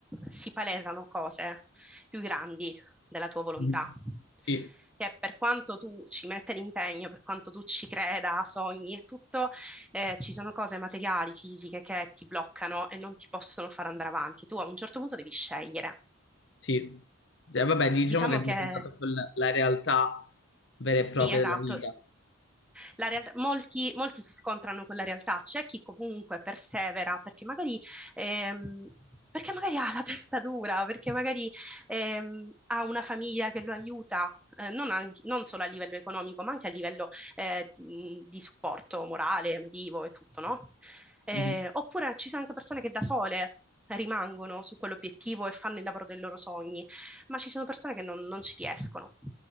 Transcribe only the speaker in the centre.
si palesano cose più grandi della tua volontà,
che per quanto tu ci metta l'impegno, per quanto tu ci creda, sogni e tutto, eh, ci sono cose materiali, fisiche che ti bloccano e non ti possono far andare avanti. Tu a un certo punto devi scegliere.
Diciamo
che
Sì,
esatto.
La realtà- molti, molti si scontrano con la realtà, c'è chi comunque persevera perché magari, ehm, perché magari ha la <laughs> testa dura, perché magari ehm, ha una famiglia che lo aiuta, eh, non, anche- non solo a livello economico, ma anche a livello eh, mh, di supporto morale, emotivo e tutto, no? Eh,
oppure ci sono anche persone che da sole rimangono su quell'obiettivo e fanno il lavoro dei loro sogni ma ci sono persone che non, non ci riescono